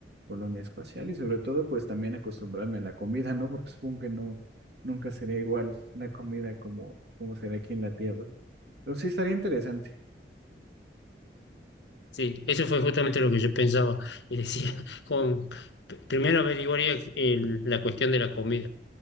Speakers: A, on the right (about 70°); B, on the left (about 80°).
A: colonia espacial y sobre todo pues también acostumbrarme a la comida, ¿no? Porque supongo que no, nunca sería igual la comida como, como será aquí en la Tierra. Pero sí estaría interesante.
B: Sí, eso fue justamente lo que yo pensaba y decía, <laughs> como, p- primero averiguaría el- la cuestión de la comida.